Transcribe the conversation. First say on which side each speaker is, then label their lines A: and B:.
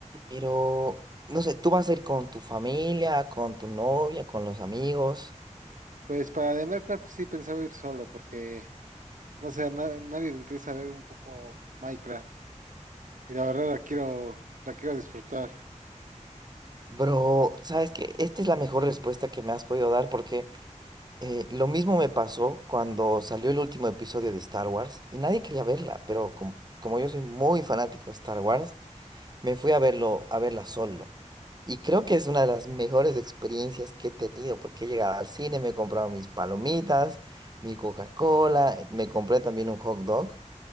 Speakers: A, on the right (about 30°); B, on the right (about 85°).
A: Pero, no sé, tú vas a ir con tu familia, con tu novia, con los amigos.
B: Pues para de Minecraft sí pensaba ir solo, porque no sé, a na- nadie le interesa ver un poco Minecraft. Y la verdad la quiero, la quiero disfrutar.
A: Bro, ¿sabes qué? Esta es la mejor respuesta que me has podido dar porque eh, lo mismo me pasó cuando salió el último episodio de Star Wars y nadie quería verla, pero como, como yo soy muy fanático de Star Wars, Me fui a verlo, a verla solo. Y creo que es una de las mejores experiencias que he tenido, porque he llegado al cine, me he comprado mis palomitas, mi Coca-Cola, me compré también un hot dog